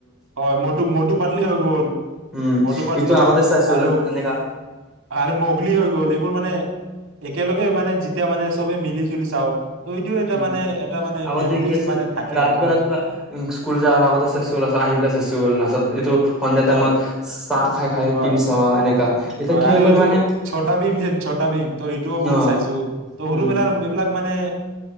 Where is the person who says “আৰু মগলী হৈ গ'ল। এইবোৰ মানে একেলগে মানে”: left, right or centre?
Right